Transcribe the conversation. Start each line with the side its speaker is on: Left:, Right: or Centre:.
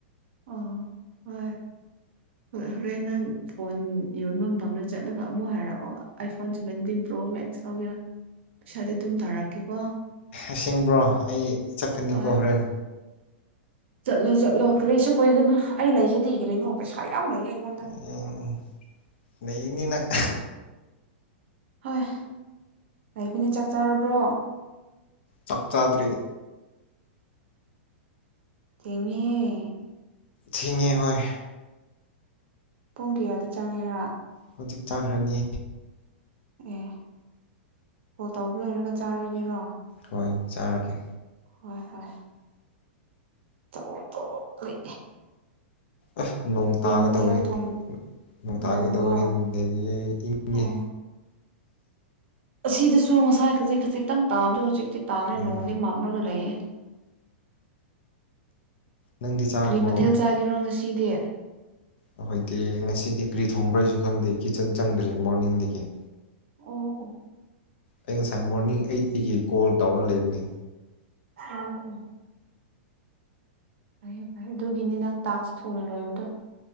Right: ꯑꯣ ꯍꯣꯏ ꯍꯣꯔꯦꯟ ꯅꯪ ꯐꯣꯟ ꯌꯣꯟꯕ ꯃꯐꯝꯗ ꯆꯠꯂꯒ ꯑꯃꯨꯛ ꯍꯥꯏꯔꯛꯑꯣ iPhone seventeen pro max ꯂꯧꯒꯦꯔꯥ ꯄꯩꯁꯥꯗꯤ ꯑꯗꯨꯝ ꯇꯥꯔꯛꯀꯦ ꯀꯣ
Left: ꯑꯁꯦꯡꯕ꯭ꯔꯣ ꯑꯩ ꯆꯠꯀꯅꯤꯀꯣ
Right: ꯍꯣꯏ
Left: ꯍꯣꯔꯦꯟ
Right: ꯆꯠꯂꯣ ꯆꯠꯂꯣ ꯀꯔꯤꯁꯨ ꯀꯨꯏꯒꯅꯨ ꯑꯩ ꯂꯩꯁꯤꯗꯤ ꯀꯔꯤꯅꯣ ꯄꯩꯁꯥ ꯌꯥꯝ ꯂꯩꯩꯌ‌ꯦ ꯑꯩ
Left: ꯎꯝ ꯂꯩꯅꯤꯅꯪ
Right: ꯍꯣꯏ ꯂꯩꯕꯅꯦ ꯆꯥꯛ ꯆꯥꯔꯕ꯭ꯔꯣ
Left: ꯆꯥꯛ ꯆꯥꯗ꯭ꯔꯤ
Right: ꯊ‌ꯦꯡꯉ‌ꯦꯍ‌ꯦ
Left: ꯊꯦꯡꯉꯦ ꯍꯣꯏ
Right: ꯄꯨꯡ ꯀꯌꯥꯗ ꯆꯒ‌ꯦꯔꯥ
Left: ꯍꯨꯖꯤꯛ ꯆꯥꯈ꯭ꯔꯅꯤ
Right: ꯑꯦ ꯀꯣꯜ ꯇꯧꯕ ꯂꯣꯏꯔꯒ ꯆꯥꯔꯒꯦꯔꯣ
Left: ꯍꯣꯏ ꯆꯥꯔꯒꯦ
Right: ꯍꯣꯏ ꯍꯣꯏ ꯇꯧ ꯇꯧꯔ‌ꯣ ꯎꯏ
Left: ꯑ ꯅꯣꯡ ꯇꯥꯒ
Right: ꯃꯊꯦꯜ
Left: ꯇꯧꯋ‌ꯦ
Right: ꯊꯣꯡ
Left: ꯅꯣꯡ ꯇꯥꯒꯦ
Right: ꯅꯣꯡꯔꯣ
Left: ꯇꯧꯕ ꯍꯦꯟꯗꯗꯤ ꯏꯪꯉꯦ
Right: ꯑꯣ ꯑꯁꯤꯗꯁꯨ ꯉꯁꯥꯏ ꯈꯖꯤꯛ ꯈꯖꯤꯛꯇꯪ ꯇꯥꯕꯗꯣ ꯍꯧꯖꯤꯛꯇꯤ ꯇꯥꯗ꯭ꯔꯦ
Left: ꯎꯝ
Right: ꯅꯣꯡꯃꯗꯤ ꯃꯝꯂꯒ ꯂꯩꯌꯦ
Left: ꯅꯪꯗꯤ ꯆꯥꯔꯕꯣ
Right: ꯀꯔꯤ ꯃꯊꯦꯜ ꯆꯥꯒꯤꯔꯣ ꯉꯁꯤꯗꯤ
Left: ꯑꯩꯈꯣꯏꯗꯤ ꯉꯁꯤꯗꯤ ꯀꯔꯤ ꯊꯣꯡꯕ꯭ꯔꯥ ꯑꯩꯁꯨ ꯈꯪꯗꯦ ꯀꯤꯠꯆꯟ ꯆꯪꯗ꯭ꯔꯤ ꯃꯣꯔꯅꯤꯡꯗꯒꯤ
Right: ꯑꯣ ꯑꯣ
Left: ꯑꯩ ꯉꯁꯥꯏ ꯃꯣꯔꯅꯤꯡ ꯑꯩꯠꯇꯗꯒꯤ ꯀꯣꯜ ꯇꯧꯔ ꯂꯩꯕꯅꯤ
Right: ꯎꯝ ꯎꯝ ꯐꯔꯦ ꯐꯔꯦ ꯑꯗꯨꯒꯤꯅꯤ ꯅꯪ ꯇꯥꯛꯁ ꯊꯨꯅ ꯂꯣꯏꯕꯗꯣ